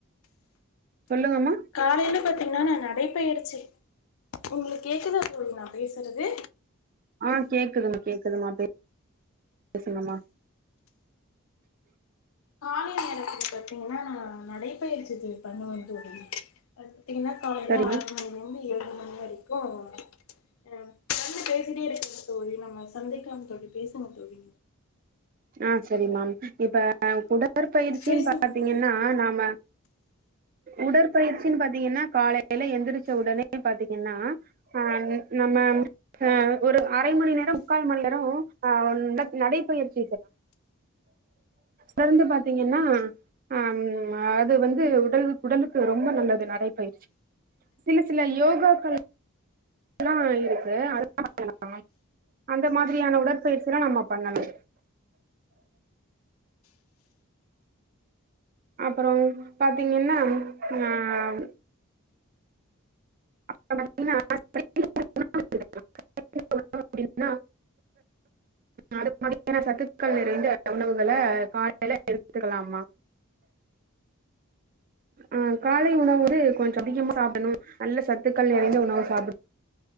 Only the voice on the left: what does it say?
காலையல பாத்தீங்கன்னா நா நடைபயிற்சி உங்களுக்கு கேக்குதா தோழி நா பேசுறது
காலை நேரத்துல பாத்தீங்கன்னா நான் நடைபயிற்சி செய் பண்ணுவே தோழி பாத்தீங்கான காலையல
ஆறு மணிலந்து ஏழுமணி வரைக் ஓ ஆ ம் சன்னு பேசிட்டே இருக்கங்க தோழி நம்ம சந்தைக்கலாம் தோழி பேசுவோம் தோழி
பேசுங்க
தோழி